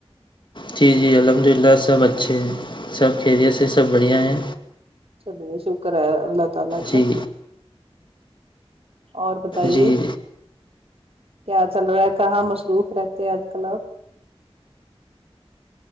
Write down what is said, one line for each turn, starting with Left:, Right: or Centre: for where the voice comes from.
Left: جی جی الحمد للہ سب اچھے ہیں سب خیریت سے سب بڑھیا ہیں
Right: بہت شکر ہے اللہ تعالی کا
Left: جی
Right: اور بتائیے
Left: جی
Right: کیا چل رہا ہے کہاں مصروف رہتے ہیں آج کل آپ